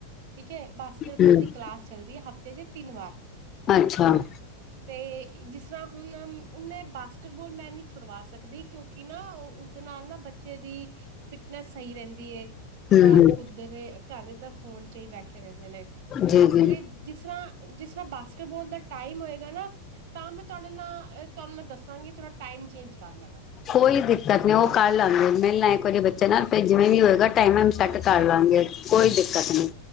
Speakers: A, on the right; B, on the left.
A: ਠੀਕ ਹੈ ਬਾਸ ਬੋਲ
B: ਹਮ
A: ਦੀ ਕਲਾਸ ਚੱਲਦੀ ਐ ਹਫ਼ਤੇ ਚ ਤਿੰਨ ਵਾਰ
B: ਅੱਛਾ ਹਮ
A: ਤੇ ਜਿਸ ਰ੍ਹਾਂ ਹੁਣ ਉਨੇ ਬਾਸਕਿਟ ਬੋਲ ਮੈਂ ਨੀ ਛੁਡਵਾ ਸਕਦੀ ਕਿਉਂਕਿ ਨਾ ਉਦੇ ਨਾਲ ਨਾ ਬੱਚੇ ਦੀ ਫਿਟਨੈਸ ਸਈ ਰੈਂਦੀ ਏ ਥੋੜਾ
B: ਹਮ
A: ਕੁੱਦ ਤੇ ਘਰੇ ਤਾਂ ਫੋਨ ਚ ਈ ਬੈਠੇ ਰੈਂਦੇ ਨੇ।
B: ਜੀ -ਜੀ
A: ਤੇ ਜਿਸ ਰ੍ਹਾਂ ਜਿਸ ਰ੍ਹਾਂ ਬਾਸਕਿਟਬਾਲ ਦਾ ਟਾਈਮ ਹੋਏਗਾ ਨਾ ਤਾਂ ਮੈਂ ਤੁਹਾਡੇ ਨਾਲ ਤੁਹਾਨੂੰ ਮੈਂ ਦੱਸਾਂਗੀ ਥੋੜਾ ਟਾਈਮ ਚੇਂਜ ਕਰ ਲੈਣਾ।
B: ਕੋਈ ਦਿੱਕਤ ਨੀ ਓ ਕਰ ਲਾਂਗੇ ਮਿਲ ਲਾਂ ਇੱਕ ਵਾਰੀ ਬੱਚੇ ਨਾਲ ਫਿਰ ਜਿਵੇਂ ਵੀ ਹੋਏਗਾ ਟਾਈਮ ਵਾਇਮ ਸੈੱਟ ਕਰ ਲਾਂਗੇ। ਕੋਈ ਦਿੱਕਤ ਨੀ